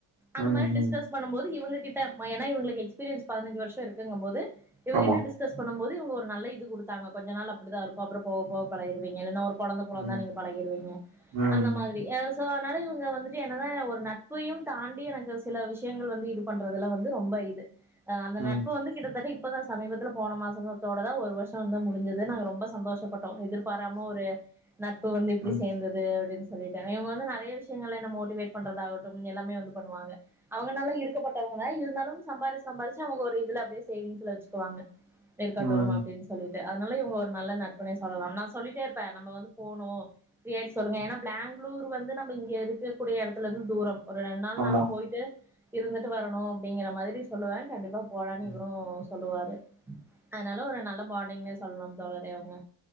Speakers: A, on the right; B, in the centre.
A: ம்,
B: அந்த மாரி டிஸ்கஸ்
A: ம்.
B: பண்ணும்போது இவங்க கிட்ட ஏனா இவங்களுக்கு எக்ஸ்பீரியன்ஸ் பதினஞ்சு வருஷோ இருக்கும்போது இவங்ககிட்ட
A: ஆமா.
B: டிஸ்கஸ் பண்ணும்போது இது ஒரு நல்ல இது குடுத்தாங்க கொஞ்ச நாள் அப்படிதா இருக்கு அப்பறோ போக பழகிருவீங்க இல்லனா ஒரு கொழந்த பொறந்தா
A: ம்,
B: நீங்க பழகிருவீங்க
A: ம்,
B: அந்த மாதிரி எஸ் சோ அதனால இவங்க வந்துட்டு என்னதா ஒரு நட்பையுந்தாண்டி எனக்கு சில விஷ்யங்கள் வந்து இது பண்றதுல வந்து ரொம்ப இது ஹ அந்த
A: ம், ம்,
B: நட்பு வந்து கிட்டத்தட்ட இ ப்பதான் சமீபத்துல போன மாசத்தோட தா ஒரு வருஷம் வந்து மு ஞ்சது நா ரொம்ப சந்தோஷப்பட்டோ எதிர்பாராம ஒரு நட்பு வந்து இப்டி
A: ம்,
B: சேந்தது அப்டின்னு சொ சொல்லிட்டாங் இவங்க வந்து நெறைய விஷயங்கள்ல என்ன மோட்டிவேட் பண்றதாகட்டும் எல்லாமே வந்து பண்ணுவாங்க அவங்க நல்லா இருக்கப்பட்டவங்கதா இருந்தாலும் சம்பார்ச்சி சம்பார்ச்சி அவூங்க ஒரு இதுல அடியே சேவிங் சில வெச்சுக்குவாங்க இருக்கட்டும்
A: ம்.
B: அப்டின்னு சொல்லிட்டு அதனால இவங்க ஒரு நல்ல நட்ப புனே சொல்லலாம் நா சொல்லிட்டே இருப்பே நம்ம வந்து போனோம் ஃப்ரீயிட்டு சொல்லுங்க ஏன்னா பேங்களூர் வந்து நம்ம இங்க இருக்கக்க கூடிய எடத்துல இருந்து தூரம் ஒரு ரெண்டு நாள்னாலும்
A: ஆமா.
B: போயிட்டு இருந்துட்டு வரணு அப்டிங்கிற மாரி சொல்லுவே கண்டிப்பா போலனு
A: ம்.
B: இவரு சொல்லுவாரு அதனால ஒரு நல்ல பாண்டிங்னே சொல்லனும் தோழறே அவுங்க